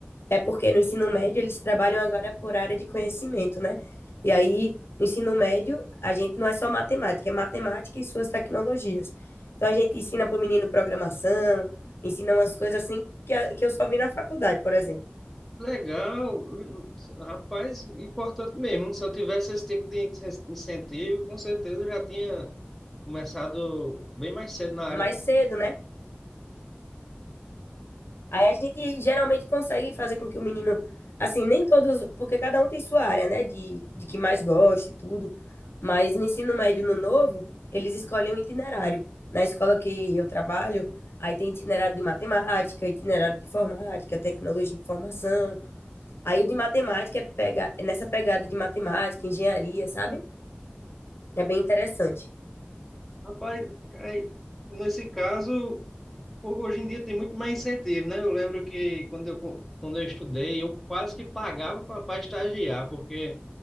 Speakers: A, on the left; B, in the centre.
A: É porque no ensino médio eles trabalham agora por área de conhecimento, né? E aí, no ensino médio, a gente não é só matemática, é matemática e suas tecnologias. Então, a gente ensina para o menino programação, ensina umas coisas assim que, a- que eu só vi na faculdade, por exemplo.
B: Legal, rapaz, importante mesmo. Se eu tivesse esse tipo de incen- incentivo, com certeza eu já tinha começado bem mais cedo na área.
A: Mais cedo, né? Aí a gente geralmente consegue fazer com que o menino, assim, nem todos, porque cada um tem sua área, né, de, de que mais gosta e tudo, mas no ensino médio, no novo, eles escolhem um itinerário. Na escola que eu trabalho, aí tem itinerário de matemática, itinerário de informática, tecnologia de informação. Aí o de matemática é pega, é nessa pegada de matemática, engenharia, sabe? É bem interessante.
B: Rapaz, aí, nesse caso, pô, hoje em dia tem muito mais incentivo, né? Eu lembro que quando eu, co- quando eu estudei, eu quase que pagava para estagiar, porque